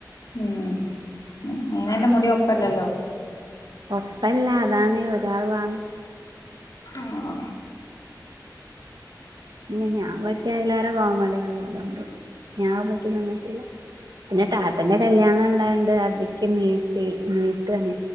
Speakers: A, on the left; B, on the right.
A: ഉം അയിനന്റെ മുടി ഒപ്പല്ലല്ലോ
B: ഒപ്പല്ല അതാണ് ഒരാൾ വാണം
A: ആഹ്‌.
B: പിന്നെ ഞാൻ വെട്ടിയതിലേറെ കോമഡിയാകും അതുകൊണ്ട് ഞാനായ്മ്മയ്ക്ക് നിന്നിട്ടില്ല പിന്നെ ടാട്ടന്റെ കല്യാണം ഇണ്ടായോണ്ട് അതീക്ക് നീട്ടി നീട്ടാണ്